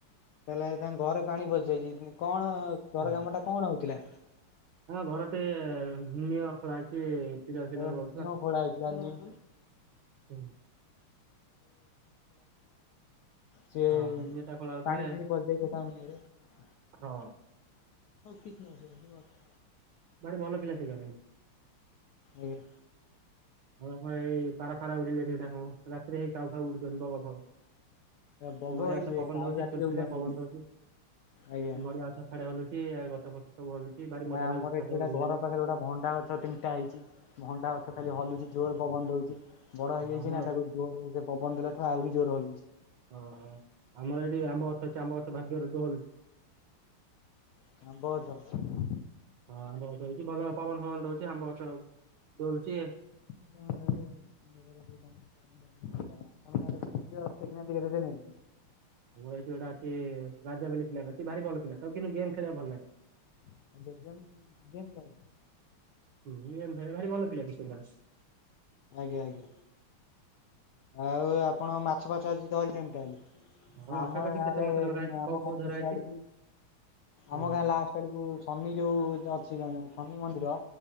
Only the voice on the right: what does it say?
ହଁ
ଘର ଟିକେ ନିଅ ଖଳା ହେଇଛି। ପିଲର
ଫିଲର
ପଡୁଥିଲା
ତ।
ହଁ ଏମିତିଟା ଖୋଳା ହଉଥିଲା
ଏ
ହଁ
ଭାରି ଭଲ ଥିଲା ସେ ଜାଗା।
ଆଉ ଆମର ଏଇ ପାରା ଫାରା ଉଡ଼ିପାରିବେ ନା କଣ ରାତିରେ ହେଇ କାଉ ଫାଉ ଉଡୁଛନ୍ତି ବଗ ଫଗ।
ନଡିଆ
ଗଛ ପବନ
ଦଉଛି
ସୁଲସୁଲିଆ
ପବନ ଦଉଛି।
ନଡିଆ ଗଛ ସୁଆଦେ ହଲୁଛି ଗଛ ଫଛ ସବୁ ହଲୁଛି। ଭାରି
ମଜା
ଲାଗୁଛି ଛାତ
ଉପରେ ବୁଲିବାକୁ
ଆଉ ଆମର
ଓହୋ ଆମର ଏଠି ଆମ୍ବ ଗଛ ଅଛି ଆମ୍ବ ଗଛ <unintelligible>
ହଁ ଆମ୍ବ ଗଛ ହେଉଛି ଭଲ ପବନ ଫବନ ଦଉଛି ଆମ୍ବ ଗଛ ଦୋଳଛି।
ଆମର ଏଠି ଗୋଟ ଅଛି ରାଜା ବୋଲି ପିଲାଟେ ଅଛି। ସେ ଭାରି ଭଲ ପିଲା ତାକୁ କିନ୍ତୁ ଗେମ୍ ଖେଳିବା ଭଲ ଲାଗେ।
ହୁଁ ଗେମ୍ ଖେଳେ ଭାରି ଭଲ ପିଲା ଟି ସେଟା।
ହଁ
ମାଛ କେଜି
କେତେ ମାଛ ଧରା ହେଇଛି
କଉ ଫଉ
ଧରା
ହେଇଛି ହୁଁ।